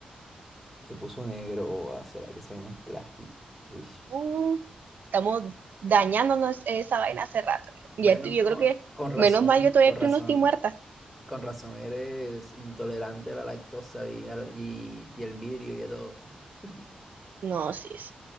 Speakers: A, in the centre; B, on the right.
A: se puso negro. O ah, ¿será que eso vaina es plástico? Uy,
B: Uh, estamos dañándonos esa vaina hace rato. Y
A: Bueno,
B: esto- yo
A: oh,
B: creo que,
A: con razón,
B: menos mal yo todavía
A: con
B: estoy,
A: razón,
B: no estoy muerta.
A: con razón eres intolerante a la lactosa y, al- y, y el vidrio y a todo. <laughs>
B: No, sí, sí.